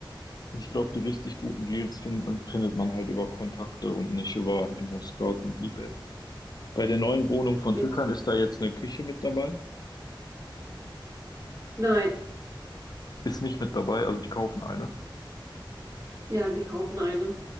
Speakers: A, on the left; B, on the right.
A: ich glaube, die richtig guten Deals findet man, findet man halt über Kontakte und nicht über ImmoScout und eBay. Bei der neuen Wohnung von
B: ja,
A: Türkan ist da jetzt eine Küche mit dabei.
B: nein,
A: ist nicht mit dabei, also die kaufen eine.
B: ja, die kaufen eine.